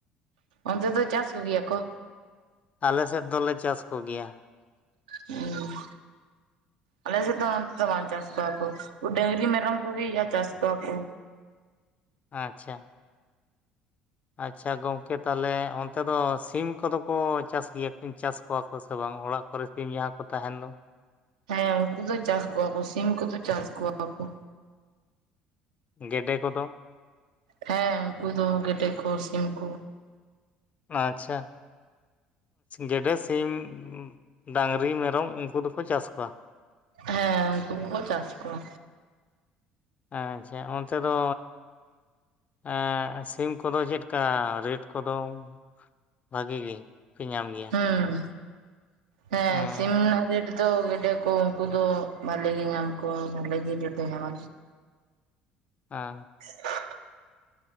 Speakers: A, on the right; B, on the left.
A: ᱚᱱᱛᱮ ᱫᱚ ᱪᱟᱥ ᱠᱚᱜᱮᱭᱟ ᱠᱚ?
B: ᱟᱞᱮ ᱥᱮᱫ ᱫᱚᱞᱮ ᱪᱟᱥ ᱠᱚᱜᱮᱭᱟ᱾
A: ᱩᱸ ᱟᱞᱮ ᱥᱮᱫ ᱚᱱᱛᱮ ᱫᱚ ᱵᱟᱝ ᱪᱟᱥ ᱠᱚᱣᱟ ᱠᱚ ᱰᱟᱸᱝᱨᱤ ᱢᱮᱨᱚᱢ ᱠᱚᱜᱮ ᱪᱟᱥ ᱠᱚᱣᱟ ᱠᱚ᱾
B: ᱟᱪᱷᱟ᱾ ᱟᱪᱪᱷᱟ ᱜᱚᱝᱠᱮ ᱛᱟᱦᱚᱞᱮ ᱚᱱᱛᱮ ᱫᱚ ᱥᱤᱢ ᱠᱚᱫᱚ ᱠᱚ ᱪᱟᱥ ᱜᱮᱭᱟ ᱠᱤᱱ ᱪᱟᱥ ᱠᱚᱣᱟ ᱠᱚ ᱥᱮ ᱵᱟᱝ ᱚᱲᱟᱜ ᱠᱚᱨᱮ ᱥᱤᱢ ᱡᱟᱦᱟᱸ ᱠᱚ ᱛᱟᱦᱮᱱ ᱫᱚ,
A: ᱦᱮᱸ ᱩᱱᱠᱩ ᱫᱚ ᱪᱟᱥ ᱠᱚᱣᱟ ᱠᱚ ᱥᱤᱢ ᱠᱚᱫᱚ ᱪᱟᱥ ᱠᱚᱣᱟ ᱠᱚ
B: ᱜᱮᱰᱮ ᱠᱚᱫᱚ
A: ᱦᱮᱸ ᱩᱱᱠᱩ ᱫᱚ ᱜᱮᱰᱮ ᱠᱚ ᱥᱤᱢ ᱠᱚ
B: ᱟᱪᱷᱟ, ᱜᱮᱰᱮ ᱥᱤᱢ ᱰᱟᱸᱝᱨᱤ ᱢᱮᱨᱚᱢ ᱩᱱᱠᱩ ᱫᱚᱠᱚ ᱪᱟᱥ ᱠᱚᱣᱟ?
A: ᱦᱮᱸ ᱩᱱᱠᱩ ᱜᱮᱠᱚ ᱪᱟᱥ ᱠᱚᱣᱟ᱾
B: ᱟᱪᱷᱟ ᱚᱱᱛᱮ ᱫᱚ ᱮᱸᱜ ᱥᱤᱢ ᱠᱚᱫᱚ ᱪᱮᱫᱠᱟ ᱨᱮᱴ ᱠᱚᱫᱚᱢ ᱵᱷᱟᱜᱮ ᱜᱮ ᱯᱮ ᱧᱟᱢ ᱜᱮᱭᱟ
A: ᱦᱩᱸ ᱦᱮᱸ
B: ᱚᱸ
A: ᱥᱤᱢᱱᱟᱜ ᱨᱮᱴ ᱛᱚ ᱜᱮᱰᱮ ᱠᱚ ᱩᱱᱠᱩ ᱫᱚ ᱵᱷᱟᱜᱞᱤ ᱜᱮ ᱧᱟᱢ ᱠᱚᱣᱟ ᱵᱷᱟᱞᱮ ᱜᱮ ᱧᱟᱢᱟ᱾
B: ᱟᱸ᱾
A: <inaudible>